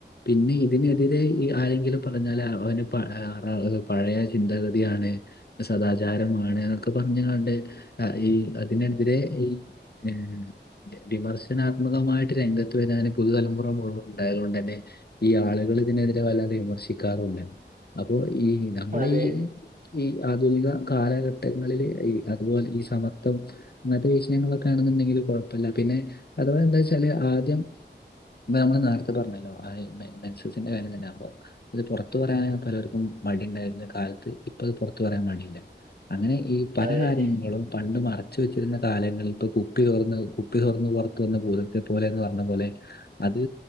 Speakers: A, on the left; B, on the right.
A: പിന്നെ ഇതിനെതിരേ ഈ ആരെങ്കിലും പറഞ്ഞാല് അവന് പഴെ ആറാള്കൾ പഴയ ചിന്താഗതിയാണ് സദാചാരമാണ്ന്നൊക്കെ പറഞ്ഞ്കാണ്ട അ ഈ അതിനെതിരെ ഈ നി വിമർശനാത്മകമായിട്ട് രംഗത്ത് വര്നേന് പുതുതലമുറ മുഴുവ ണ്ടാലോണ്ടെന്നെ ഈ ആളുകളിതിനെതിരെ വല്ലാതെ വിമർശിക്കാറൂല്ല അപ്പൊ ഈ നമ്മുടെ
B: അതെ അതെ
A: ഈ ഈ ആധുനിക കാലഘട്ടങ്ങളില് ഈ അതുപോലെ ഈ സമ ട്ടം ങ്ങൻത്തെ വിഷയങ്ങളൊക്കേണ്ന്ന്ണ്ടെങ്കില് കൊഴപ്പല്ല പിന്നെ അതവാന്താച്ചാല് ആദ്യം മ്മെ മ്മള്നേര്ത്തെ പർഞ്ഞല്ലോ ആ ഈ മെ മെൻസസിന്റെ കാര്യം തന്നെ അപ്പൊ ത് പൊറത്ത് പറയാനാപലോര്ക്കും മടിണ്ടായിര്ന്ന കാൽത്ത് ഇപ്പത് പൊർത്ത് പറയാൻ മടില്ല അങ്ങനെ ഈ പല
B: അതെ
A: കാര്യങ്ങളും പണ്ട് മാ അച്ച് വെച്ചിര്ന്ന കാലങ്ങളിൽപ്പൊ കുപ്പി തൊർന്ന് കുപ്പി തൊർന്ന് പൊർത്ത് വന്ന ഭൂതത്തെ പോലേന്ന് പറഞ്ഞ പോലെ അത്